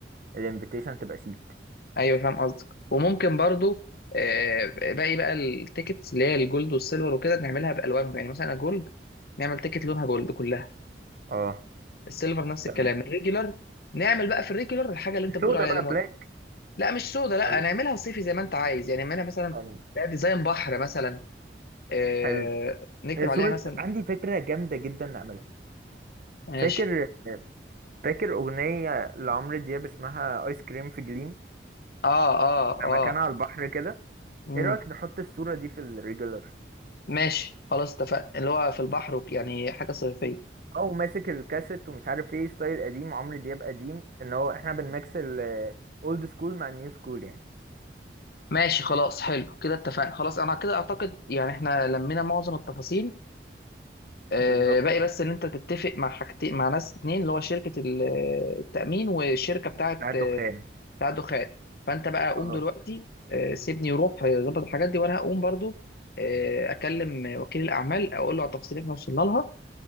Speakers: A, on the right; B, on the left.
A: الانفيتيشن تبقى شيك
B: ايوه فاهم قصدك وممكن برضو آه، باقي بقى التيكتس اللي هي الجولد والسيلفر وكده نعملها بالوانهم يعني مثلا الجولد نعمل تيكت لونها جولد كلها
A: اه
B: السيلفر نفس
A: تمام
B: الكلام الريجولار نعمل بقى في الريجولار الحاجه اللي انت
A: السودا
B: بتقول عليها
A: بقى
B: ليمون
A: بلاك
B: لا مش سودا لا
A: ولا-
B: نعملها صيفي زي ما انت عايز يعني نعملها مثلا
A: خلاص
B: لا ديزاين بحر مثلا آه،
A: حلو
B: نكتب
A: آه،
B: عليها
A: صورة
B: مثلا
A: عندي فكرة جامدة جدا نعملها
B: ماشي
A: فاكر آه، فاكر أغنية لعمرو دياب اسمها آيس كريم في جليم
B: اه اه
A: لما
B: اه
A: كان على البحر كده
B: امم
A: ايه رأيك نحط الصورة دي في الريجولر
B: ماشي خلاص اتفقنا اللي هو في البحر وك- يعني حاجة صيفية
A: او ماسك الكاسيت ومش عارف ايه ستايل قديم عمرو دياب قديم ان هو احنا بنميكس الاولد سكول مع النيو سكول يعني
B: ماشي خلاص حلو كده اتفقنا خلاص انا كده اعتقد يعني احنا لمينا معظم التفاصيل آه
A: بالظبط
B: باقي بس ان انت تتفق مع حاجتين مع ناس اتنين اللي هو شركة ال- التأمين والشركة بتاعة
A: بتاع الدخان
B: آه، بتاعة الدخان فانت بقى قوم
A: خلاص
B: دلوقتي آه سيبني يروح آه، ظبط الحاجات دي وانا هقوم برضو آه اكلم وكيل الاعمال اقول له على التفاصيل اللي احنا وصلنا لها